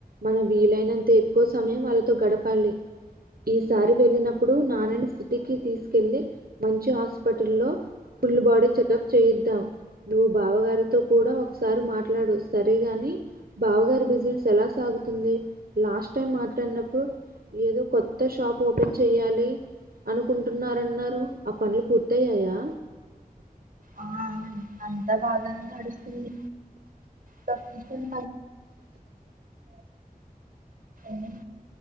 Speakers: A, on the right; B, on the right.
A: మనం వీలైనంత ఎక్కువ సమయం వాళ్ళతో గడపాలి ఈసారి వెళ్ళినప్పుడు నాన్నని సిటీకి తీసుకెళ్ళలి మంచి హాస్పిటల్ల్లో ఫుల్ బాడీ చెకప్ చేయిద్దాం నువ్వు బావగారితో కూడా ఒకసారి మాట్లాడు సరేగాని బావగారి బిజినెస్ ఎలా సాగుతుంది లాస్ట్ టైం మాట్లాడినప్పుడు ఏదో కొత్త షాప్ ఓపెన్ చెయ్యాలి అనుకుంటున్నారన్నారు ఆ పనులు పూర్తయ్యాయా
B: ఆ అంత బాగానే నడుస్తుంది లొకేషన్ <inaudible>